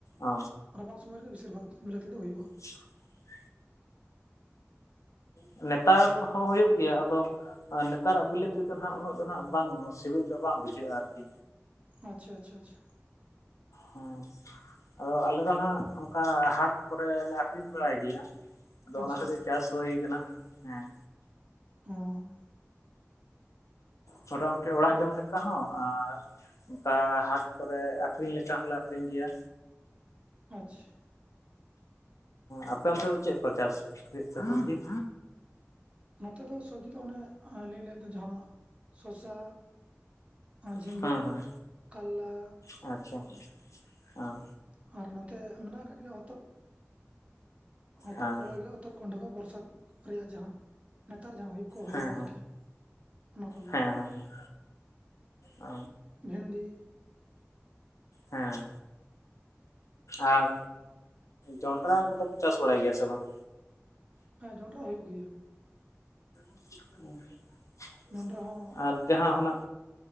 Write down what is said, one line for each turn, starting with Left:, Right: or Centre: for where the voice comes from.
Left: ᱚ
Right: ᱨᱟᱵᱟᱝ ᱥᱚᱢᱚᱭ ᱨᱮᱜᱮ ᱵᱮᱥᱤᱨ ᱵᱷᱟᱜᱽ ᱵᱤᱞᱟᱹᱛᱤ ᱫᱚ ᱦᱩᱭᱩᱜᱼᱟ᱾
Left: <inaudible> ᱦᱮᱸ ᱱᱮᱛᱟᱨ ᱦᱚᱸ ᱦᱩᱭᱩᱜ ᱜᱮᱭᱟ ᱟᱫᱚ᱾ ᱟᱨ ᱱᱮᱛᱟᱨᱟᱜ ᱵᱤᱞᱟᱹ ᱛᱮᱫᱚ ᱱᱟᱜ ᱩᱱᱟᱹᱜ ᱫᱚ ᱱᱟᱜ ᱵᱟᱝ ᱥᱤᱵᱤᱞ ᱫᱚ ᱵᱟᱝ ᱵᱩᱡᱷᱟᱹᱜᱼᱟ ᱟᱨᱠᱤ᱾
Right: ᱟᱪᱷᱟ ᱟᱪᱷᱟ ᱟᱪᱷᱟ᱾
Left: ᱦᱮᱸ ᱟᱫᱚ ᱟᱞᱮ ᱫᱚ ᱱᱟᱜ ᱚᱱᱠᱟ ᱦᱟᱴ ᱠᱚᱨᱮᱞᱮ ᱟᱠᱷᱨᱤᱧ ᱵᱟᱲᱟᱭ ᱜᱮᱭᱟᱹ᱾ ᱟᱫᱚ
Right: ᱟᱪᱪᱷᱟ
Left: ᱚᱱᱟ ᱠᱷᱟᱹᱛᱤᱨ ᱪᱟᱥ ᱦᱩᱭ ᱟᱠᱟᱱᱟ ᱦᱮᱸ᱾
Right: ᱚ <unintelligible>
Left: ᱢᱚᱴᱟᱢᱩᱴᱤ ᱚᱲᱟᱜ ᱡᱚᱢ ᱞᱮᱠᱟ ᱦᱚᱸ ᱟᱨ ᱚᱱᱠᱟ ᱦᱟᱴ ᱠᱚᱨᱮ ᱟᱠᱷᱨᱤᱧ ᱞᱮᱠᱟ ᱦᱚᱞᱮ ᱟᱠᱷᱨᱤᱧ ᱜᱮᱭᱟ᱾
Right: ᱟᱪᱪᱷᱟ
Left: ᱟᱯᱮ ᱚᱱᱛᱮ ᱫᱚ ᱪᱮᱫ ᱠᱚ ᱪᱟᱥ ᱦᱩᱭᱩᱜ ᱛᱟᱦᱮᱱ ᱜᱮᱭᱟ᱾
Right: ᱱᱚᱛᱮ ᱫᱚ ᱥᱚᱵᱽᱡᱤ ᱫᱚ ᱚᱱᱮ ᱞᱤᱧ ᱞᱟᱹᱭᱮᱫ ᱫᱚ ᱡᱟᱦᱟᱸ ᱥᱚᱥᱟ ᱟᱨ ᱡᱷᱤᱸᱜᱟᱹ
Left: ᱦᱮᱸ ᱦᱮᱸ
Right: ᱠᱟᱞᱞᱟ᱾
Left: ᱟᱪᱪᱷᱟ ᱦᱮᱸ
Right: ᱦ ᱟᱨ ᱱᱚᱛᱮ ᱢᱮᱱᱟᱜ ᱟᱠᱟᱫ ᱜᱮᱭᱟ ᱦᱚᱛᱚᱫ ᱦᱚᱛᱚᱫ
Left: ᱦᱮᱸ
Right: ᱠᱚ ᱨᱚᱦᱚᱭ ᱜᱮᱭ ᱦᱚᱛᱚᱨ ᱠᱸᱰᱟ ᱠᱚ ᱵᱚᱨᱥᱟ ᱨᱮᱭᱟᱜ ᱡᱟᱦᱟᱸ ᱱᱮᱛᱟᱨ ᱡᱟᱦᱟᱸ ᱦᱩᱭᱩᱜ ᱠᱚ ᱦᱩᱭᱩᱜᱼᱟ
Left: ᱦᱮᱸ
Right: ᱟᱨᱠᱤ᱾ ᱚᱱᱟ ᱠᱚᱜᱮ
Left: ᱦᱮᱸ ᱦᱮᱸ ᱦᱮᱸ ᱚ
Right: ᱵᱷᱮᱱᱰᱤ
Left: ᱦᱮᱸ ᱟᱨ ᱡᱚᱱᱰᱨᱟ ᱠᱚᱫᱚ ᱯ ᱪᱟᱥ ᱵᱟᱲᱟᱭ ᱜᱮᱭᱟ ᱥᱮ ᱵᱟᱝ?
Right: ᱦᱮᱸ ᱡᱚᱸᱰᱨᱟ ᱦᱩᱭᱩᱜ ᱜᱮᱭᱟ᱾
Left: ᱦᱮ <inaudible>
Right: ᱡᱚᱸᱰᱨᱟ ᱦᱚᱸ
Left: ᱟᱨ ᱡᱟᱦᱟᱸ ᱚᱱᱟ